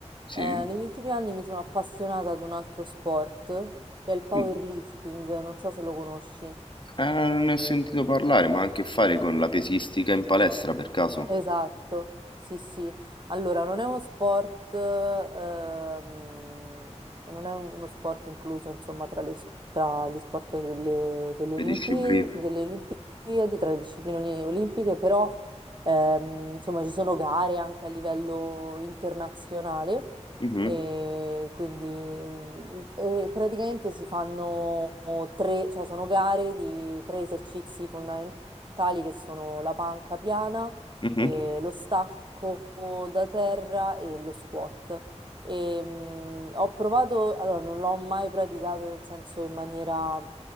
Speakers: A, on the left; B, on the right.
A: sì.
B: eh, negli ultimi anni mi sono appassionata ad un altro sport che è il powerlifting,
A: Mm,
B: non so se lo conosci.
A: eh, non ne ho sentito parlare, ma ha a che fare con la pesistica in palestra per caso?
B: Esatto, sì, sì. Allora, non è uno sport, ehm, non è uno sport incluso, insomma, tra, le- tra gli sport delle, delle Olimpi-
A: Le discipline?
B: delle Olimpiadi, tra le discipline olimpiche, però, ehm, insomma, ci sono gare anche a livello internazionale
A: Mhm,
B: e quindi mm, e praticamente si fanno tre, cioè sono gare di tre esercizi fondamentali che sono la panca piana
A: mhm.
B: eh, lo stacco da terra e lo squat. E, mh, ho provato, allora non l'ho mai praticato nel senso in maniera